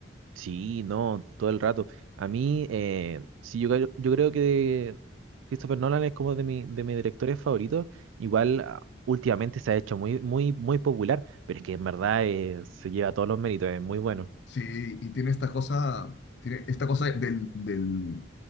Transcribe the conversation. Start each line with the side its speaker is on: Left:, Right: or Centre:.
Right: Sí, no, todo el rato. A mí, eh, sí, yo, creo- yo creo que Christopher Nolan es como de, mi, de mis directores favoritos. Igual ah, últimamente se ha hecho muy, muy, muy popular, pero es que en verdad eh, se lleva todos los méritos, es muy bueno.
Left: Sí, y tiene esta cosa, tiene esta cosa del, del,